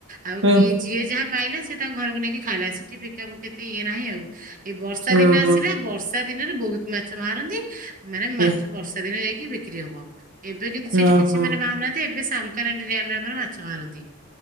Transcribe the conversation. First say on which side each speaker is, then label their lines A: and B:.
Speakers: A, on the right (about 40°); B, on the right (about 60°).
A: ଆଉ
B: ହୁଁ
A: କିଏ ଯିଏ ଯାହା ପାଇଲା ସେ ତାଙ୍କ ଘରକୁ ନେଇକି ଖାଇଲା ସେଠି ବିକା ବୁକି ଏତେ ଇଏ ନାହିଁ ଆଉ। ଏଇ ବର୍ଷା
B: ଓହୋ
A: ଦିନ ଆସିଲା ବର୍ଷା ଦିନରେ ବହୁତ ମାଛ ମାରନ୍ତି। ମାନେ
B: ହୁଁ
A: ମାଛ ବର୍ଷା ଦିନେ ଯାଇ ବିକ୍ରି ହବ। ଏବେ କିନ୍ତୁ ସେଇଠି
B: ଓହୋ
A: କିଛି ମାନେ ବାହାରୁନାହାନ୍ତି ଏବେ ସେ ସାାମକାନେଣ୍ଡି ଡ୍ୟାମରେ ମାନେ ମାଛ ମାରନ୍ତି।